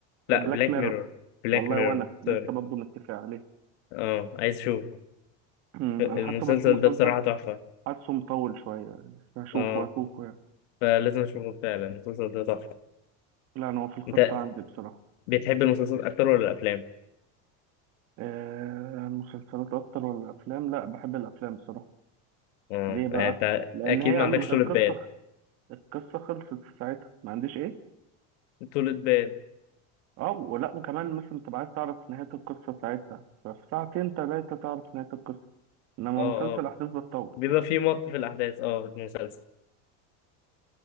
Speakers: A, on the left (about 80°); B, on the right (about 40°).
A: لا
B: بلاك
A: بلاك
B: ميرور
A: ميرور بلاك
B: والله
A: ميرور
B: وانا لسه
A: سوري
B: برضه متفق عليه
A: اه عايز اشوفه
B: أمم،
A: المسلسل
B: انا حاسه بس مسلسل
A: ده بصراحة تحفة
B: حاسه مطول شويه يعني بس هشوفه
A: اه
B: هشوفه يعني
A: فلازم اشوفه فعلا المسلسل ده تحفة
B: لا انا هو في الخطه
A: انت
B: عندي بصراحه
A: بتحب المسلسلات اكتر ولا الافلام
B: آه مسلسلات اكتر ولا افلام لا بحب الافلام بصراحه
A: اه
B: ليه بقى
A: يعني انت
B: لان
A: اكيد
B: هي
A: ما عندكش
B: ال-
A: طولة
B: القصه
A: بال
B: القصه خلصت في ساعتها ما عنديش ايه
A: طولة بال
B: اه ولا وكمان مثلا تبقى عايز تعرف نهايه القصه ساعتها ففي ساعتين ثلاثه تعرف نهايه القصه انما
A: اه
B: مسلسل
A: اه
B: احداث بتطول
A: بيبقى في مط في الاحداث اه في المسلسل